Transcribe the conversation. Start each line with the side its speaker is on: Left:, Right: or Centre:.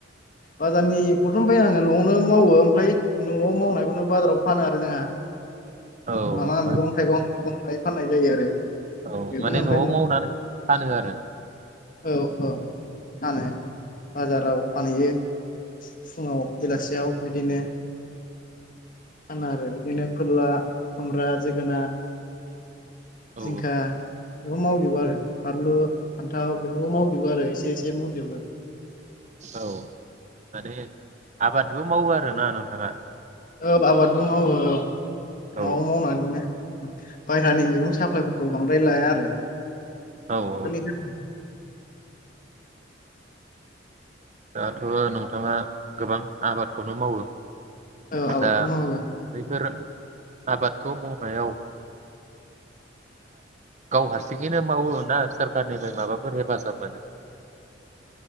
Left: बाजारनिखौथ' बाया आङो न'आवनो मावो ओमफ्राय न'आव मावनायखौनो बाजाराव फानो आरो जोंहा।
Right: औ
Left: माबा मैगं थाइगं फाननाय जायो आरो।
Right: औ
Left: बेखौनो
Right: माने
Left: ओमफ्राय
Right: न'आव
Left: न'
Right: मावनानै फानो आरो।
Left: औ औ फानो बाजाराव फानहैयो फुङाव बेलासियाव बिदिनो फानो आरो बिदिनो फोरला खुमब्रा जोगोनार
Right: औ
Left: जिंखा बेखौ मावजोबो आरो फानलु फान्थाव बेफोरखौ मावजोबो आरो एसे एसे मावजोबो।
Right: औ माने आबादबो मावङो आ ना नोंथाङा?
Left: औ आबादबो मावो औ।
Right: औ
Left: न'आव मावनानै मोनो। बायहेरानि मैगं साप्लायफोरखौ बांद्राय लाया आरो।
Right: औ
Left: <unintelligible>
Right: औ दाथ' नोंथाङा गोबां आबादखौनो मावो।
Left: औ आबादखौ
Right: दा
Left: मावो
Right: बैफोर आबादखौ मावनायाव गाव हारसिङैनो मावो ना सोरखारनिफ्राय माबाफोर हेफाजाब मोनो?